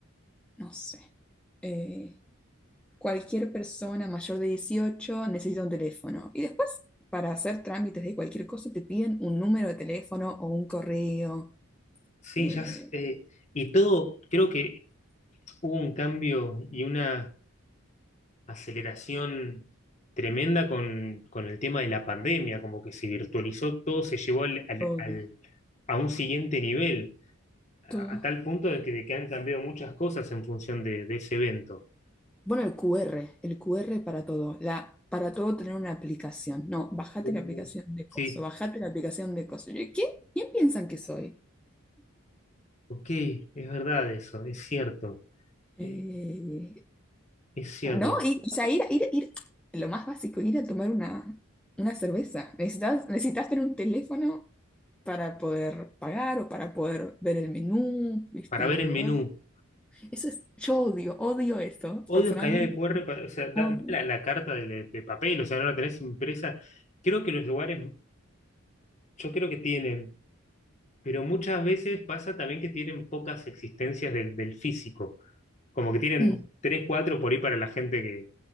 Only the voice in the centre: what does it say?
no sé, eh, cualquier persona mayor de 18 necesita un teléfono. Y después, para hacer trámites de cualquier cosa, te piden un número de teléfono o un correo,
eh,
todo,
todo.
Bueno, el QR, el QR para todo. La, para todo tener una aplicación. No, bájate
la aplicación de coso,
bájate la aplicación de coso. Yo, ¿Qué? ¿Quién piensan que soy?
Eh,
No, y, o sea, ir, a- ir, ir, lo más básico, ir a tomar una, una cerveza. Necesitas, necesitas tener un teléfono para poder pagar o para poder ver el menú, viste,
en
un
lugar.
Eso es, yo odio, odio eso,
personalmente.
Odio.
Mm.